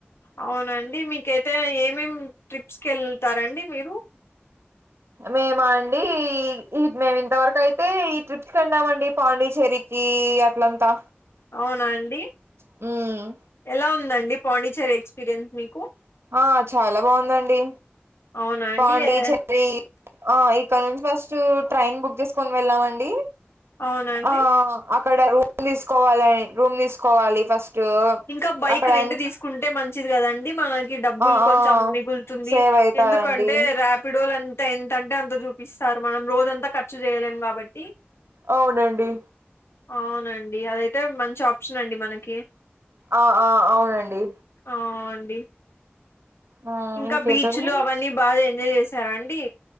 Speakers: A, on the left (about 80°); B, on the right (about 80°).
A: అవునండి మీకైతే ఏమేమి ట్రిప్స్కి ఎళ్తారండి మీరు
B: మేమా అండి మేము ఇంతవరకు అయితే ఈ ట్రిప్ కెళ్ళమండి పాండిచ్చేరి కీ అట్లంతా
A: అవునా అండి
B: హుమ్
A: ఎలా ఉందండి పాండిచేరి ఎక్స్పీరియన్స్ మీకు
B: ఆ చాలా బాగుందండి
A: అవునా అండి
B: పాండిచేరి
A: ఏ
B: ఆ ఇక్కడ నుంచి ఫస్ట్ ట్రైన్ బుక్ చేసుకొని వెళ్ళామండి
A: అవునా అండి
B: ఆ అక్కడ రూమ్ తీసు తీసుకోవాలని రూమ్ తీసుకోవాలి ఫస్ట్
A: ఇంకా బైక్
B: అక్కడ
A: రెంట్
B: అంత
A: తీసుకుంటే మంచి మంచిది కదండి మనకి డబ్బులు
B: ఆ
A: కొంచెం
B: ఆ
A: మిగులుతుంది
B: సేవ్ అయితదండి
A: ఎందుకంటే రాపిడో ఎంత అంటే అంత చూపిస్తారు మనం రోజంతా ఖర్చు చేయలేం కాబట్టి
B: అవునండి
A: అవునండి. అదైతే మంచి ఆప్షన్ అండి మనకి
B: ఆ ఆ అవునండి
A: ఆ అండి
B: ఆ
A: ఇంకా
B: ఇంకేంటండి
A: బీచ్లు అవన్నీ బాగా ఎంజాయ్ చేసారా అండి